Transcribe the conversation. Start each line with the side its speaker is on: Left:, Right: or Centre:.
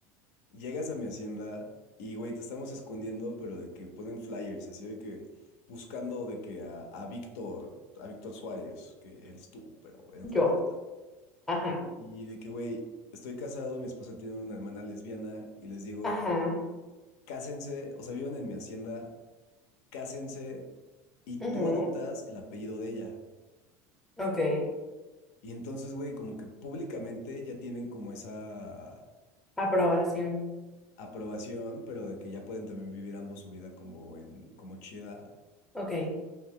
Left: Llegas a mi hacienda y, güey, te estamos escondiendo, pero de que ponen flyers, así de que buscando de que a, a Víctor, a Víctor Suárez, que eres tú, pero en otra
Centre: Yo.
Left: vida.
Centre: Ajá.
Left: Y de que, güey, estoy casado, mi esposa tiene una hermana lesbiana y les digo,
Centre: Ajá.
Left: cásense, o sea, vivan en mi hacienda, cásense y tú
Centre: ujú,
Left: adoptas el apellido de ella.
Centre: Ok.
Left: Y entonces, güey, como que públicamente ya tienen como esa
Centre: Aprobación.
Left: aprobación, pero de que ya pueden también vivir ambos su vida como en, como chida.
Centre: Ok.